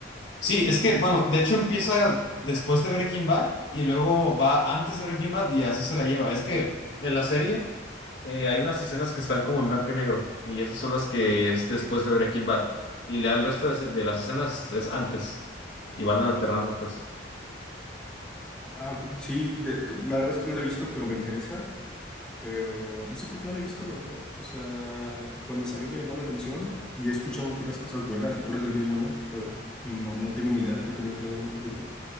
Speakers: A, on the left (about 65°); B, in the centre.
A: Sí, es que, bueno, de hecho empieza después de Breaking Bad y luego va antes de Breaking Bad y así se la lleva. Es que en la serie eh, hay unas escenas que están como en blanco y negro y esas son las que es después de Breaking Bad. Y le el resto de, se- de las escenas es antes y van alternando, pues.
B: Ah, ok. Sí, de- la verdad es que no la he visto, pero me interesa. pero no sé por qué no la he visto, la verdad. O sea, cuando salió me llamó la atención y he escuchado puras cosas buenas y puras reviews buenas, pero no, no tengo ni idea porque nunca le he dado la oportunidad.